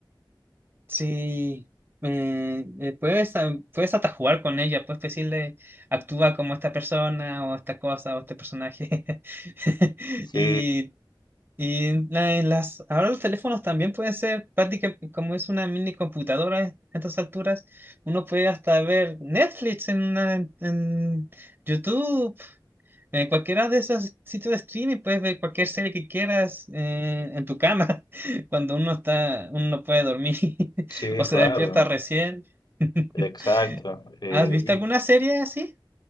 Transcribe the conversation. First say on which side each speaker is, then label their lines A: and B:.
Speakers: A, on the right; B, on the left.
A: Sí. Eh, eh, puedes, ah, puedes hasta jugar con ella, puedes decirle, actúa como esta persona o esta cosa o este personaje. <laughs>
B: Sí,
A: Y Y en la- en las, ahora los teléfonos también pueden ser prácticamente como es una mini computadora a estas alturas, uno puede hasta ver Netflix en, una- en YouTube, en cualquiera de esos sitios de streaming, puedes ver cualquier serie que quieras eh, en tu cama, <laughs> cuando uno está, uno no puede dormir <laughs>
B: sí,
A: o se
B: claro,
A: despierta recién. <laughs>
B: exacto. Eh,
A: ¿Has visto alguna serie así?